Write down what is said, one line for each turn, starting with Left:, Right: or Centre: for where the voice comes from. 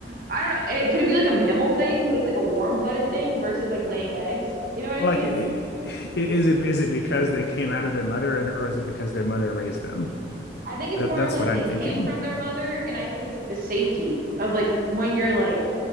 Right: I don't know. And it could it be like a mammal thing because it's like a warm-blooded thing versus like laying eggs. You know what I
Left: Like,
Right: mean?
Left: i- i- is it is it because they came out of their mother, or is it because their mother raised them?
Right: I think it's
Left: That
Right: more
Left: that's
Right: of like
Left: what I'm
Right: they
Left: thinking.
Right: came from their mother, and I think it's like the safety of like when you're like